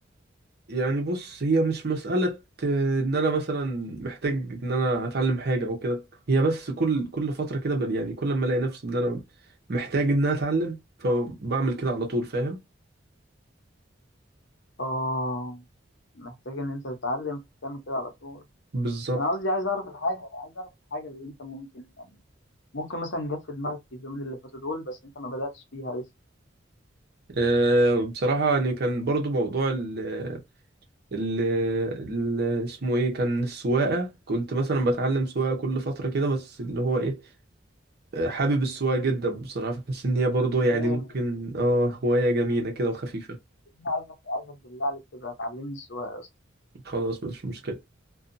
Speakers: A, on the right; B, on the left.
A: يعني بص هي مش مسألة آه، ان انا مثلا محتاج ان انا اتعلم حاجة او كده هي بس كل كل فترة كده بل- يعني كل ما الاقي نفسي ان انا محتاج ان انا اتعلم فبعمل كده على طول فاهم
B: اه محتاج ان انت تتعلم فتعمل كده على طول
A: بالظبط
B: انا قصدي عايز اعرف الحاجة عايز اعرف الحاجة اللي انت ممكن يعني ممكن مثلا جت في دماغك اليومين اللي فاتوا دول بس انت ما بدأتش فيها لسه
A: آه، بصراحة يعني كان برضو موضوع ال ال ال- اسمه ايه كان السواقة كنت مثلا بتعلم سواقة كل فترة كده بس اللي هو ايه آه، حابب السواقة جدا بصراحة بحس ان هي برضو يعني
B: جامد
A: ممكن اه هواية جميلة كده وخفيفة
B: عايزك عايزك بالله عليك تبقى تعلمني السواقة يا اسطى
A: خلاص مش مشكلة